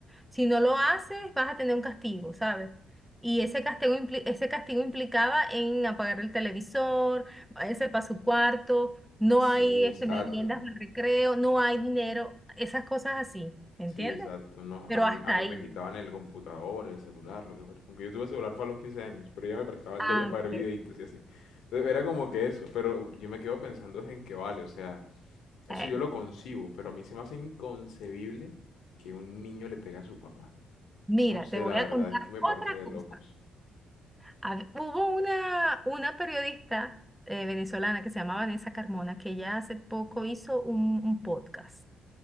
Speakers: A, in the centre; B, on the left.
A: si no lo haces, vas a tener un castigo, ¿sabes? Y ese castigo, impli- ese castigo implicaba en apagar el televisor, váyase para su cuarto no
B: Sí,
A: hay este,
B: exacto.
A: meriendas de recreo, no hay dinero, esas cosas así, ¿entiendes?
B: Sí, exacto. No,
A: Pero
B: a mí,
A: hasta
B: a mí
A: ahí.
B: me quitaban el computador, el celular, lo que fuera. Aunque yo tuve celular fue a los 15 años, pero ya me prestaba el
A: Ah,
B: de ella para
A: ok.
B: ver videitos y así. Entonces era como que eso, pero yo me quedo pensando es en que vale, o sea, eso
A: Eh,
B: yo lo concibo, pero a mí se me hace inconcebible que un niño le pegue a su papá.
A: mira,
B: No sé,
A: te voy
B: la
A: a
B: verdad
A: contar
B: es que me
A: otra
B: parece de
A: cosa.
B: locos.
A: Hab- hubo una, una periodista eh, venezolana que se llamaba Vanessa Carmona, que ya hace poco hizo un, un podcast.